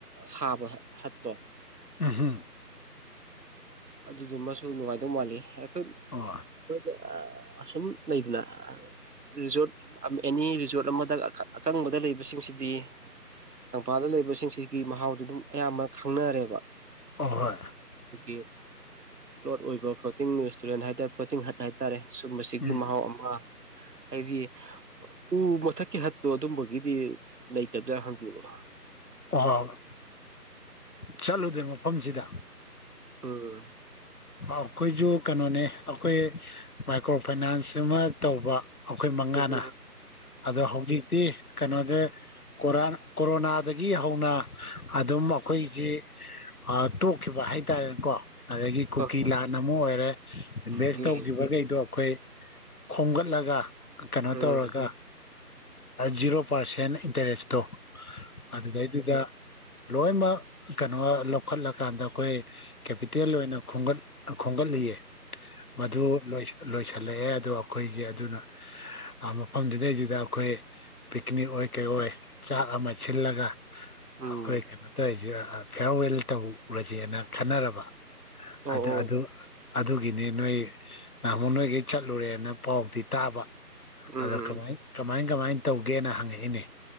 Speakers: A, on the right (about 75°); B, on the left (about 65°).
A: ꯁꯥꯕ ꯍꯠꯇꯣ
B: ꯎꯝꯍꯨꯝ
A: ꯑꯗꯨꯗꯨꯃ ꯁ ꯅꯨꯡꯉꯥꯏꯗꯧ ꯃꯥꯜꯂꯤ ꯑꯩꯈꯣꯏ ꯑꯩꯈ‌ꯣꯏꯗꯤ
B: ꯑꯣ
A: ꯑ ꯑꯁꯨꯝ ꯂꯩꯗꯅ ꯔꯤꯖꯣꯔꯠ ꯑꯦꯅꯤ ꯔꯤꯖꯣꯔꯠ ꯑꯃꯗ ꯑꯀꯪꯕꯗ ꯂꯩꯕꯁꯤꯡꯁꯤꯗꯤ ꯀꯪꯄꯥꯜꯗ ꯂꯩꯕꯁꯤꯡꯁꯤꯒꯤ ꯃꯍꯥꯎꯗꯤ ꯑꯗꯨꯝ ꯑꯌꯥꯝꯕ ꯈꯪꯅꯔꯦꯕ
B: ꯑꯍꯣꯏ
A: ꯑꯩꯒꯤ ꯄ꯭ꯂꯣꯠ ꯑꯣꯏꯕ ꯐ꯭ꯂ‌ꯣꯇꯤꯡꯡ ꯔꯦꯁꯇꯨꯔꯦꯟ ꯍꯥꯏꯇꯥꯔꯦ ꯐ‍꯭ꯂ‌ꯣꯇꯤꯡ ꯍꯠ ꯍꯥꯏꯇꯥꯔꯦ ꯁꯨꯝ
B: ꯎꯝ
A: ꯒꯤ ꯃꯍꯥꯎ ꯑꯃ ꯍꯥꯏꯗꯤ ꯎ ꯃꯊꯛꯀꯤ ꯍꯠꯇꯣ ꯑꯗꯨꯝꯕꯒꯤꯗꯤ ꯂꯩꯇꯕꯗꯥ ꯍꯪꯉꯨꯔ‌ꯣ
B: ꯍ ꯍꯣꯏ ꯆꯠꯂꯨꯗ꯭ꯔꯦ ꯃꯐꯝꯁꯤꯗ
A: ꯎꯡ
B: ꯑꯩ ꯑꯩꯈꯣꯏꯁꯨ ꯀꯩꯅꯣꯅꯦ ꯑꯩꯈꯣꯏ ꯃꯥꯏꯀ꯭ꯔꯣ ꯐꯥꯏꯅꯥꯟꯁ ꯑꯃ ꯇꯧꯕ ꯑꯩꯈꯣꯏ ꯃꯉꯥꯅ
A: ꯎꯝ ꯎꯝ ꯎꯝ
B: ꯑꯗꯣ ꯍꯧꯖꯤꯛꯇꯤ ꯀꯩꯅꯣꯗ ꯀꯣꯔꯥ ꯀꯣꯔꯣꯅꯥꯗꯒꯤ ꯍꯧꯅ ꯑꯗꯨꯝ ꯑꯩꯈꯣꯏꯁꯤ ꯑꯩ ꯇꯣꯛꯈꯤꯕ ꯍꯥꯏꯇꯥꯔꯦꯀꯣ ꯀꯨꯀꯤ
A: ꯎꯝ
B: ꯂꯥꯟ ꯑꯃ ꯑꯣꯏꯔꯦ ꯏꯟꯚꯦꯁ
A: ꯎꯝ
B: ꯇꯧꯈꯤꯕꯈꯩꯗꯣ ꯑꯩꯈꯣꯏ ꯈꯣꯝꯒꯠꯂꯒ ꯀꯩꯅꯣ
A: ꯎꯝ
B: ꯇꯧꯔꯒ ꯖꯤꯔꯣ ꯄꯥꯔꯁꯦꯟ ꯏꯟꯇꯔꯦꯁꯇꯣ ꯑꯗꯨꯗꯩꯗꯨꯗ ꯂꯣꯏꯅꯃꯛ ꯀꯩꯅꯣ ꯂꯧꯈꯠꯂꯀꯥꯟꯗ ꯑꯩꯈꯣꯏ ꯀꯦꯄꯤꯇꯦꯜ ꯑꯣꯏꯅ ꯈꯣꯝꯒꯠꯂꯤꯑ ꯃꯗꯨ ꯊꯜꯂꯛꯑꯦ ꯑꯗꯣ ꯑꯩꯈꯣꯏꯁꯦ ꯑꯗꯨꯅ ꯃꯐꯝꯗꯨꯗꯩꯗꯨꯗ ꯑꯩꯈꯣꯏ ꯄꯤꯛꯅꯤꯛ ꯑꯣꯏ ꯀꯩ ꯑꯣꯏ ꯆꯥꯛ ꯑꯃ ꯁꯤꯜꯂꯒ
A: ꯎꯝ
B: ꯑꯩꯈꯣꯏ ꯀꯩꯅꯣ ꯇꯧꯔꯤꯁꯦ ꯐꯤꯌꯥꯔꯋꯦꯜ ꯇꯧꯔꯁꯦꯅ ꯈꯟꯅꯔꯕ
A: ꯑꯣ ꯑꯣ
B: ꯑꯗ ꯑꯗꯨ ꯑꯗꯨꯒꯤꯅꯤ ꯅꯣꯏ ꯅꯍꯣ ꯅꯣꯏꯒꯤ ꯆꯠꯂꯨꯔꯦꯅ ꯄꯥꯎꯗꯤ ꯇꯥꯕ
A: ꯎꯝ
B: ꯑꯗꯣ ꯀꯃꯥꯏ ꯀꯃꯥꯏ ꯀꯃꯥꯏꯅ ꯇꯧꯒꯦꯅ ꯍꯪꯉꯛꯏꯅꯦ